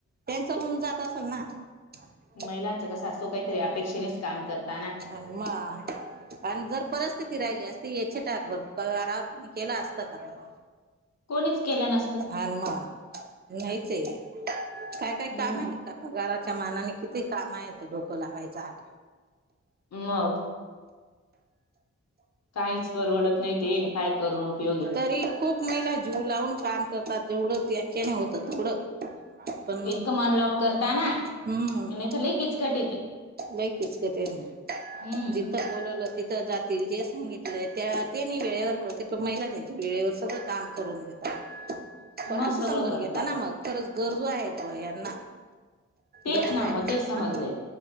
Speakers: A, on the right; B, on the left.
A: त्यांचं होऊन जात असल ना. <inaudible>
B: महिलांचं कसं असतो कायतरी अपेक्षेनेच काम करता ना.
A: आण म. आन जर परिस्थिती राहिली असते, या छीटाकभर पगारावर कोणी केलं असतं का मग?
B: कोणीच केला न
A: आन म नायचये काय काय काम
B: हम्म
A: आहेत. का पगाराच्या मानाने किती काम आहेत डोकं लावायचं आ <inaudible>
B: मग काहीच परवडत नाय तेन काय करून उपयोग हे.
A: तरी खूप खूप महिला जीव लावून काम करतात तेवढं त्यांच्याने होतं तेवढं पण
B: इतकं मन लावून करता ना
A: हम्म.
B: नाही तर लई किचकट येते
A: लई किचकट ये
B: हम्म
A: जिथं बोलवलं तिथं जातील जे सांगितलंय त्या तेनी वेळेवर करते, पण महिला त्यांच्या वेळेवर सगळं काम करून घेतात. त असं
B: मग सगळं
A: समजून
B: करतात
A: घेताना मग खरंच गरजू आहेत ब यांना
B: तेच
A: गरज
B: ना
A: आहे
B: मग तेच समजले
A: हं